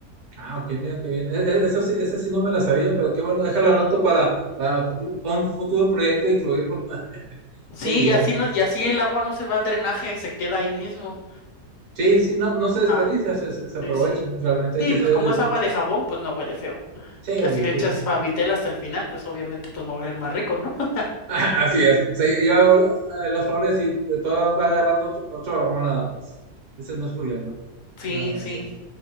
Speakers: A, on the right; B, on the left.
A: Ah, ok, mira qué bien. E- e- Esa sí, esa sí no me la sabía, pero qué bueno, déjala anoto para, para futu- un futuro proyecto e incluirlo. <laughs>
B: Sí,
A: Qué bien.
B: y así no, y así el agua no se va al drenaje, se queda ahí mismo.
A: Sí, sí, no, no se
B: Ajá.
A: desperdicia, se, se- se aprovecha.
B: Sí, sí.
A: Realmente
B: Sí,
A: hay que
B: pues
A: ser.
B: como es agua de jabón, pues no huele feo.
A: Sí,
B: Ya si le
A: sí.
B: echas Favitel hasta el final, pues obviamente pues va a oler más rico, ¿no? <laughs>
A: <laughs> Así es. O sea, ya ahora, eh, las flores y todo va agarrando ocho, ocho gramas nada más. Ese no es problema,
B: Sí,
A: realmente.
B: sí.